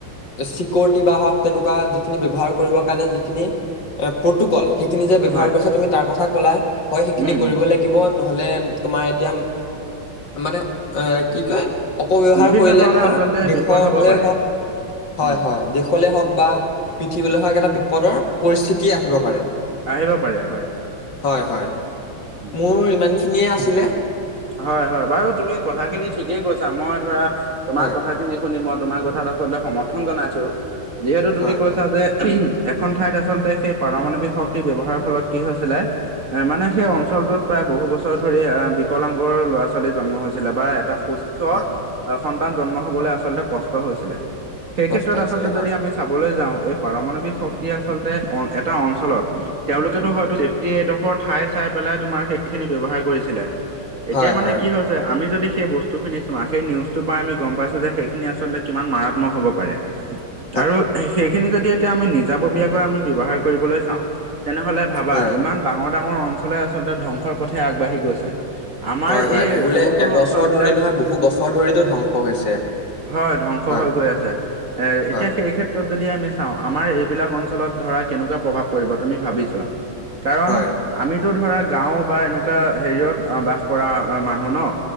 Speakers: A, on the left (about 55°); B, on the right (about 40°).
A: ছিকউৰিটী বা হওক তেনেকোৱা যিখিনি ব্যৱহাৰ কৰিবৰ কাৰণে যিখিনি এ প্ৰটোকল সেইখিনি যে ব্যৱহাৰ
B: হয়
A: কৰিছা তুমি তাৰ কথা কলা হয় সেইখিনি
B: উম
A: কৰিব
B: উম
A: লাগিব নহলে তোমাৰ এতিয়া মানে এ কি কয় অপব্যৱহাৰ
B: বিভিন্ন
A: কৰিলে
B: ধৰণৰ
A: তোমাৰ
B: আচলতে
A: দেশলে
B: বিপদ হ'ব পাৰে
A: হওক হয়
B: উম
A: হয় দেশ কলে হওক বা পৃথিৱলৈ হওক এটা বিপদৰ পৰিস্থিতি আহিব পাৰে
B: আহিব পাৰে হয়
A: হয় হয়
B: উম
A: মোৰ ইমানখিনিয়ে আছিলে
B: হয় হয় বাৰু তুমি কথাখিনি ঠিকেই কৈছা মই ধৰা তোমাৰ
A: হয়
B: কথাখিনি শুনি মই তোমাৰ কথাত আচলতে সমৰ্থন জনাইছো যিহেতু তুমি
A: হয়
B: কৈছা যে এখন ঠাইত আচলতে সেই পাৰমাণৱিক শক্তিৰ ব্যৱহাৰৰ ফলত কি হৈছিলে এ মানে সেই অঞ্চলটোত প্ৰায় বহু বছৰ ধৰি আ বি কলাংগৰ ল'ৰা ছোৱালী জন্ম হৈছিলে বা এটা সুস্থ
A: হয়
B: অ সন্তান জন্ম হবলৈ আচলতে কষ্ট হৈছিলে সেই
A: কষ্ট
B: ক্ষেত্ৰত
A: হৈছিলে
B: আচলতে
A: হয়
B: যদি আমি চাবলৈ যাও এই পাৰমাৱিক শক্তিয়ে আচলতে অ এটা অঞ্চলত তেওঁলোকেতো হয়তো চেফটি এডোখৰ ঠাই চাই পেলাই তোমাৰ সেইখিনি ব্যৱহাৰ কৰিছিলে
A: হয়
B: এতিয়া মানে
A: হয়
B: কি হ'ল আমি যদি সেই বস্তু খিনি চোৱা সেই নিউজটো পাই আমি গম পাইছো যে সেইখিনি আচলতে কিমান মাৰাত্মক হ'ব পাৰে
A: <unintelligible>
B: আৰু সেইখিনি যদি এতিয়া আমি নিজাববীয়াকৈ আমি ব্যৱহাৰ কৰিবলৈ চাও তেনেহলে ভাবা
A: হয়
B: ইমান ডাঙৰ ডাঙৰ অঞ্চলে আচলতে ধ্বংসৰ পথে আগবাঢ়ি গৈছে আমাৰ
A: হয় হয়
B: এই
A: বোলে
B: সৰু সৰু
A: এবছৰ
B: অঞ্চলবিলাক
A: ধৰি নহয় বহু বছৰ ধৰিতো ধ্বংস হৈছে
B: হয় ধ্বংস
A: হয়
B: হৈ গৈ আছে এ এতিয়া
A: হয়
B: সেই ক্ষে ত্ৰত যদি আমি চাও আমাৰ এইবিলাক অঞ্চলত ধৰা কেনেকোৱা প্ৰভাৱ পৰিব তুমি ভাবি চোৱা কাৰণ
A: হয়
B: আমিতো ধৰা গাও বা এনেকোৱা হেৰিয়ত অ বাস কৰা অ মানুহ ন